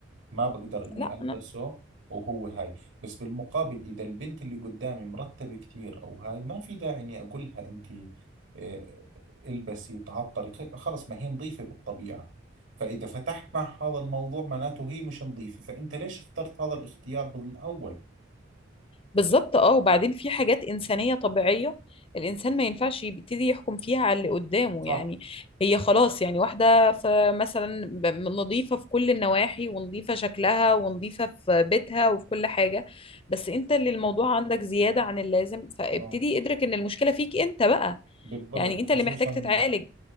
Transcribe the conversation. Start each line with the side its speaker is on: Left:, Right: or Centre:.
Right: ما بقدر إني
Left: لا
Right: ألبسه وهو هاي بس بالمقابل إذا البنت اللي قدامي مرتبة كثير أو هاي ما في داعي إني أقول لها أنت آه، البسي تعطري خ- خلص ما هي نظيفة بالطبيعة فإذا فتحت مع هذا الموضوع معناته هي مش نظيفة فأنت ليش اخترت هذا الاختيار بالأول
Left: بالظبط اه وبعدين في حاجات إنسانية طبيعية الإنسان ما ينفعش يبتدي يحكم فيها على اللي قدامه
Right: صح
Left: يعني هي خلاص يعني واحدة في مثلا ب- نظيفة في كل النواحي ونظيفة شكلها ونظيفة في بيتها وفي كل حاجة بس انت اللي الموضوع عندك زيادة عن اللازم فابتدي
Right: اه
Left: ادرك ان المشكلة فيك انت بقى
Right: بالضبط
Left: يعني
Right: خصوصا
Left: انت اللي محتاج تتعالج